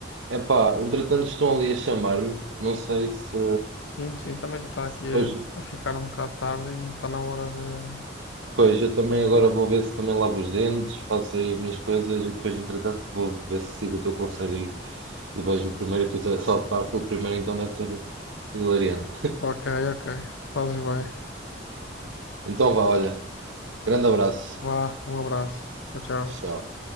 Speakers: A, on the right; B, on the left.
A: é pá, entretanto estão ali a chamar-me. Não sei se,
B: Sim, sim, também já está
A: se
B: aqui
A: depois.
B: a, a ficar um bocado tarde e está na hora de.
A: Pois, eu também agora vou ver se também lavo os dentes, faço aí as minhas coisas e depois, entretanto, vou ver se sigo o teu conselho e, e vejo o primeiro episódio de South Park. Foi o primeiro, então deve ser hilariante.
B: Ok, ok, fazes bem.
A: Então vá, olha, grande abraço.
B: Vá, um abraço. Tchau, tchau.
A: Tchau.